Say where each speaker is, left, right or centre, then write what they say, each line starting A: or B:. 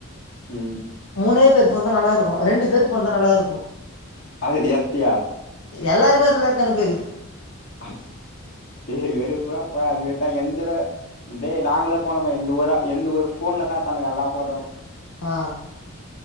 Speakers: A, on the left; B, on the left.
A: ம்
B: மூனே பேரு ஃபோன் நல்லாருக்கு ரெண்டு பேரு ஃபோன் தா நல்லா இருக்கு
A: அதுல எத்தியா.
B: எல்லாருமே அதுல்தா எத்தானுங்பேரு.
A: அஸ். ஏ வெறுப்புடா போடா அது மாரி தா என்துல. டே நாங்களே போனமே எந்த ஒர எந்து ஒரு ஃபோன்ல தா எத்தானுங்க எல்லா ஃபோட்டாவு
B: அ